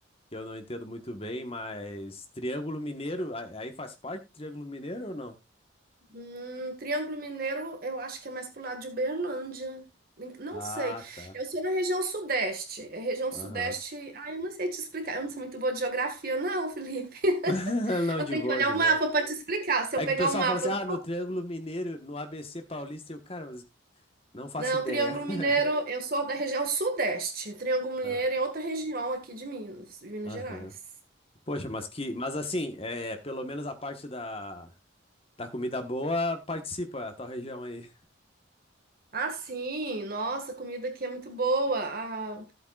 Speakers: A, on the left; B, on the right.
A: que eu não entendo muito bem, mas Triângulo Mineiro, a- aí faz parte do Triângulo Mineiro ou não?
B: Hum, Triângulo Mineiro, eu acho que é mais pro lado de Uberlândia. Nem- Não
A: Ah,
B: sei.
A: tá.
B: Eu sou na região sudeste. É região
A: Aham.
B: sudeste. Ah, eu não sei te explicar. Eu não sou muito boa de geografia, não, Felipe. <laughs>
A: <laughs> Não,
B: Eu
A: de
B: tenho
A: boa,
B: que olhar
A: de
B: o
A: boa.
B: mapa para te explicar. Se
A: É
B: eu pegar
A: que o pessoal
B: o mapa
A: fala assim, ah,
B: do.
A: no Triângulo Mineiro, no ABC Paulista, eu, cara, mas Não faço
B: Não,
A: ideia.
B: Triângulo Mineiro,
A: <laughs>
B: eu sou da região sudeste. Triângulo Mineiro
A: Ah,
B: é outra região aqui de Minas, de Minas
A: Aham.
B: Gerais.
A: Poxa, mas que, mas assim, é, pelo menos a parte da, da comida boa participa a tua região aí.
B: Ah, sim, nossa, a comida aqui é muito boa. Ah,